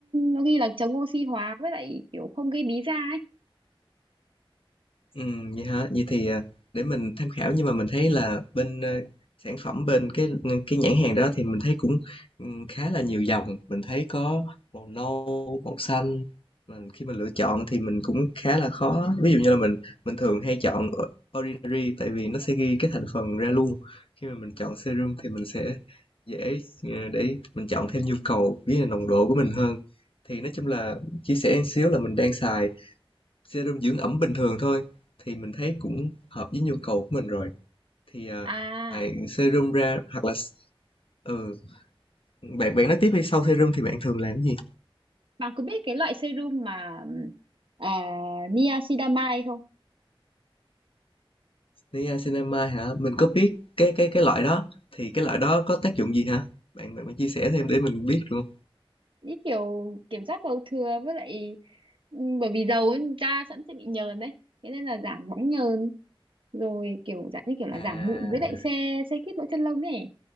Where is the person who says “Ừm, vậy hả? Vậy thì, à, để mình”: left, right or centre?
Left